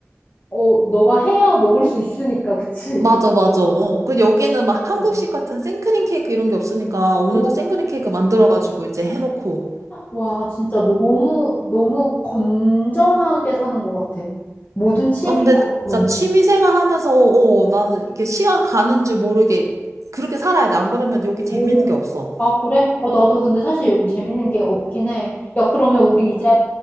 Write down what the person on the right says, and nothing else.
맞아, 맞아. 어. 그 여기는 막 한국식
같은 생크림 케이크 이런 게 없으니까 오늘도
생크림 케이크 만들어가지고 이제 해놓고.
어, 근데 나-
진짜
취미 생활 하면서, 어, 나는 이게 시간 가는 줄 모르게 그렇게 살아야 돼. 안 그러면 여기 재밌는
게 없어.
음.